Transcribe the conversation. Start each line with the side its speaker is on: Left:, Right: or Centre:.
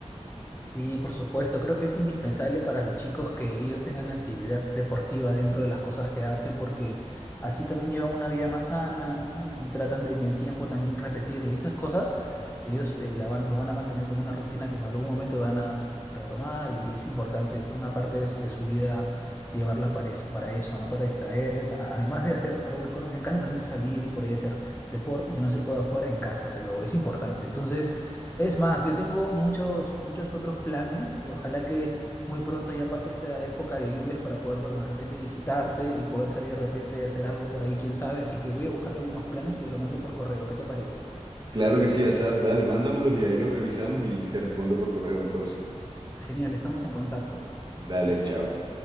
Left: Sí, por supuesto, creo que es indispensable para los chicos que ellos tengan actividad deportiva dentro de las cosas que hacen, porque así también llevan una vida más sana, ¿no? Y, y tratan de en el tiempo también repetirlo. Y esas cosas, ellos eh, la van, los van a mantener como una rutina que en algún momento van a retomar y es importante una parte de, su de su vida llevarla para eso, para eso, ¿no? Para distraerse, a- además de hacer algunas cosas en casa, también salir y por ahí hacer deporte, y si no se puede afuera, en casa, pero es importante. Entonces... Es más, yo tengo muchos, muchos otros planes y ojalá que muy pronto ya pase esta época de lluvias para poder, bueno, de repente visitarte y poder salir de repente y hacer algo por ahí, quién sabe. Así que voy a buscar algunos planes y te lo mando por correo. ¿Qué te parece?
Right: Claro que sí, Asaf, dale, mándamelos y ahí los revisamos y te respondo por correo entonces.
Left: Genial, estamos en contacto.
Right: Dale, chao.